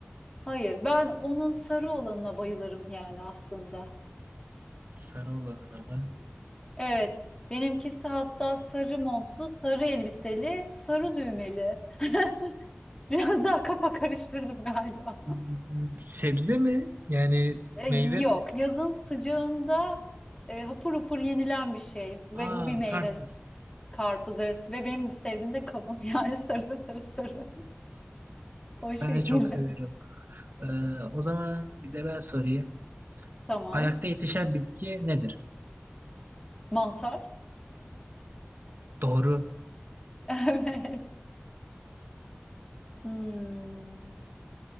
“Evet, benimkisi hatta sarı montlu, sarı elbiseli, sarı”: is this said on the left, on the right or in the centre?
Left